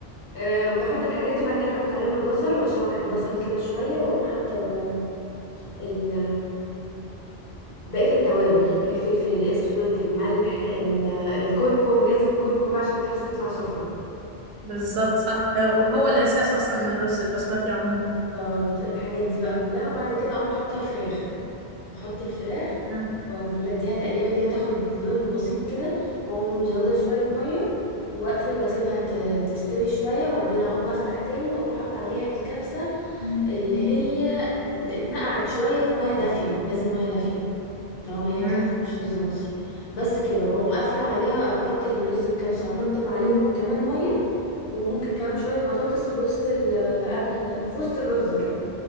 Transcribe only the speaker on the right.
بالظبط صح هو الاساس اصلا للرز البسمتي عموما
مم.
مم.